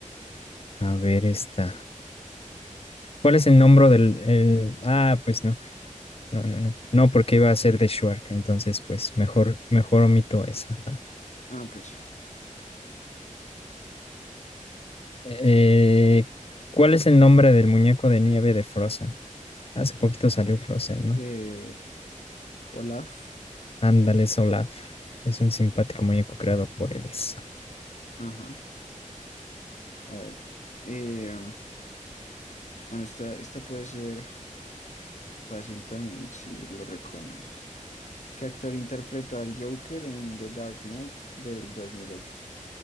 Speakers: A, on the left; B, on the left.
A: A ver esta. ¿Cuál es el nombre del... el- Ah, pues no, no, no, no, no, porque iba a ser de Shark, entonces pues mejor, mejor omito esa. ¿Va?
B: Ah, pues sí.
A: Eh, ¿cuál es el nombre del muñeco de nieve de Frozen? Hace poquito salió Frozen, ¿no?
B: Eh, Olaf.
A: Ándale, es Olaf. Es un simpático muñeco creado por Elsa.
B: Ajá. A ver. Eh, bueno, esta, esta puede ser fácil también si lo reconoces. ¿Qué actor interpretó al Joker en The Dark Knight del 2008?